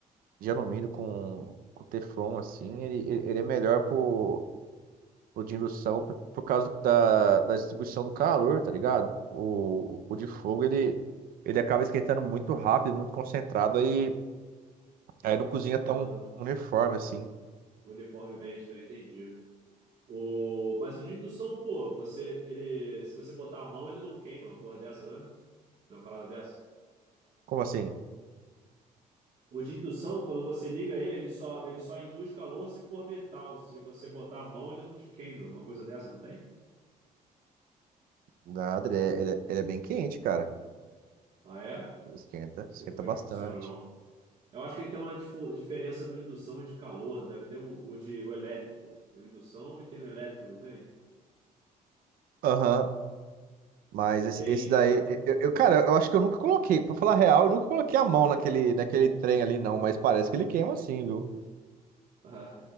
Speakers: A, on the right (about 75°); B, on the right (about 50°).
A: de alumínio com, com teflon, assim, ele, ele ele é melhor por, por de indução por, por causa da, da distribuição do calor, tá ligado? O, o de fogo, ele, ele acaba esquentando muito rápido, muito concentrado, aí. Aí não cozinha
B: Ah,
A: tão uniforme assim.
B: uniformemente, né? entendi. O... Mas o de indução, pô, você, ele, se você botar a mão, ele não queima, uma porra dessa, né? É Uma parada dessa.
A: Como assim?
B: O de indução, quando você liga ele, ele só, ele só induz calor se for metal. Se você botar a mão, ele não te queima. Uma coisa dessa, não tem?
A: Nada, ele é, ele é- ele é bem quente, cara.
B: Ah, é? Não
A: Esquenta,
B: sei
A: esquenta
B: como
A: bastante.
B: é que funciona, não. Eu acho que então a difu- diferença do indução e de calor deve ter o, o de o elétrico. Tem o indução e tem o elétrico, não tem?
A: Aham. Mas esse,
B: Tem
A: esse daí,
B: cada. <laughs>
A: eu, eu- cara, eu acho que eu nunca coloquei, pra falar a real, eu nunca coloquei a mão naquele, naquele trem ali, não, mas parece que ele queima assim, viu?
B: Ah,